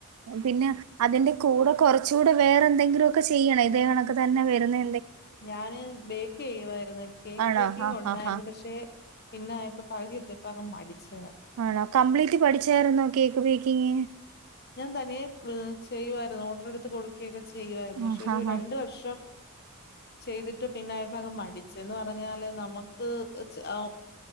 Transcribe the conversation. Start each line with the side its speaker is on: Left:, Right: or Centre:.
Right: പിന്നെ അതിന്റെ കൂടെ കുറച്ചൂടെ വേറെ എന്തെങ്കിലൊക്കെ ചെയ്യണ ഇതേ കണക്ക് തന്നെ വരുന്നെ
Left: ഞാന് ബേക്ക് ചെയ്യുവായിരുന്നു കേക്ക്
Right: ആണോ
Left: ബേക്കിങ്
Right: ആഹ്
Left: ഉണ്ടായിരുന്നു
Right: ആഹ് ആഹ്
Left: പക്ഷെ പിന്നെ ആയപ്പോ പകുതി എത്തിപ്പോ അങ്ങ് മടിച്ചങ്ങ്
Right: ആണോ, കംപ്ലീറ്റ് പഠിച്ചായിരുന്നോ കേക്ക് ബേക്കിങ്?
Left: ഞാൻ തനിയെ ഏഹ് ചെയ്യുവായിരുന്നു ഓർഡർ എടുത്ത് കൊടു ക്കെ ചെയ്യുവായിരുന്നു പക്ഷെ
Right: ആഹ്
Left: ഒരു
Right: ആഹ്
Left: രണ്ട്
Right: ആഹ്
Left: വർഷം ചെയ്തിട്ട് പിന്നായപ്പോ അങ്ങ് മടിച്ച് എന്ന് പറഞ്ഞാല് നമുക്ക് ഓ